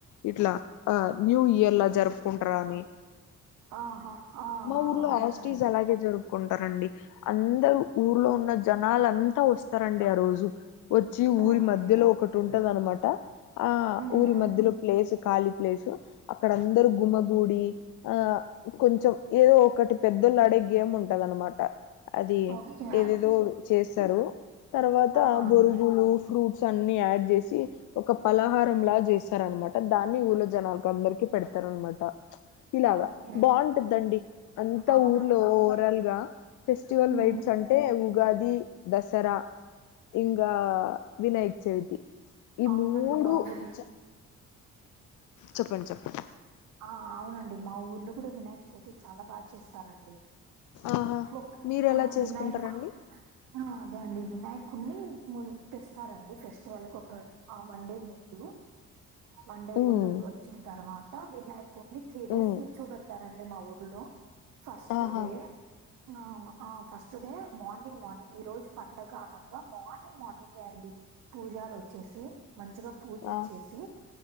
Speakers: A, on the left; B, on the right.
A: ఇట్లా ఆ న్యూ ఇయర్ లా జరుపుకుంటరాని
B: ఆహా ఆ
A: మా
B: ఆ
A: ఊర్లో యాస్టీజ్
B: అవునండి
A: అలాగే జరుప్ కుంటరండి అందరు ఊర్లో ఉన్న జనాలంతా వస్ స్తరండి ఆ రోజు, వచ్చి ఊరి
B: ఓకే
A: మధ్యలో ఒకటి ఉంటదనమాట ఆ
B: ఉమ్
A: ఊరి మధ్యలో ప్లేస్ ఖాళీ ప్లేసు అక్కడ అందరు గుమగూడి ఆ కొంచెం ఏదో ఒకటి పెద్దోల్లాడే గేమ్ ఉంటదనమాట అది
B: ఓకే
A: ఏదేదో చేస్తరు తర్వాత
B: ఆ అండి
A: బొరుగులు ఫ్రూట్స్ అన్ని యాడ్ జేసి ఒక పలహారం లాగ్ చేస్తరనమాట దాన్ని ఊర్ళ జనాలకందరికి పెడతరనమాట ఇలాగా
B: ఓకే
A: బావుంటుద్దండి అంతా
B: అవునండి
A: ఊర్లో ఓవరాల్గా ఫెస్టివల్
B: ఉమ్
A: వైబ్స్ అంటే ఉగాది దసరా ఇంగా వినాయక్ చవితి ఈ
B: అవునండి
A: మూడు
B: మా ఊర్లో
A: చ చెప్పండి చెప్పండి
B: ఆ అవునండి మా ఊర్లో కూడా వినాయక్ చవితి చాలా బాగా చేస్తారండి
A: ఆహా
B: ఒక్
A: మీరు
B: ఆ
A: ఎలా చేసుకుంటారండి
B: వినాయక్ ఆ అదే అండి వినాయకుని మున్ తెస్తారండి ఫెస్టివల్ కు ఒక ఆ వన్ డే ముందు వన్ డే
A: ఉమ్
B: ముందు వచ్చిన తర్వాత త వినాయకుని త్రీ డేస్
A: ఉమ్
B: నిల్చోబడతారండి మా ఊర్లో ఫస్ట్
A: ఆహా
B: డే ఆ ఆ ఫస్ట్ డే మార్నింగ్ మార్నింగ్ ఈరోజు పండగ అనంగ మార్నింగ్ మార్నింగే అండి పూజారి వచ్చేసి మంచిగా పూజచ్చేసి
A: ఆ